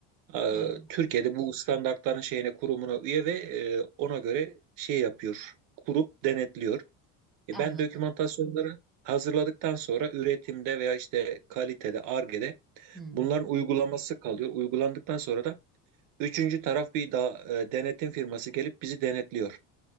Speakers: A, on the right; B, in the centre.
A: Ee,
B: Evet,
A: Türkiye'de bu standartların şeyine kurumuna üye ve e, ona göre şey yapıyor, kurup denetliyor. E,
B: anladım.
A: ben dokümantasyonları hazırladıktan sonra üretimde veya işte kalitede, Ar-Ge'de
B: Hı hı.
A: bunların uygulaması kalıyor. Uygulandıktan sonra da üçüncü taraf bir daha e, denetim firması gelip bizi denetliyor.